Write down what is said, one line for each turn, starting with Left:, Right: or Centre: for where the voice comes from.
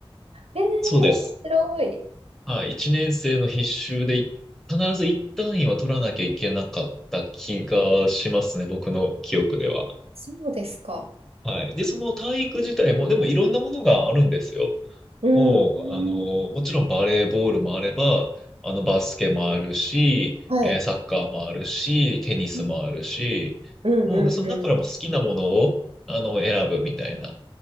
Right: えー、
Centre: そうです。
Right: 面白い。
Centre: はい、1年生の必修でい必ず1単位は取らなきゃいけなかった気がしますね、僕の記憶では。
Right: そうですか。
Centre: はい。で、その体育自体も、でもいろんなものがあるんですよ。
Right: うん。
Centre: もう、
Right: うん
Centre: あの、もちろんバレーボールもあれば、あの、バスケもあるし、
Right: はい。
Centre: えーサッカーもあるし、テニスもあるし、
Right: うんうんう
Centre: もう、その中からも好きなものを、あの、選ぶみたいな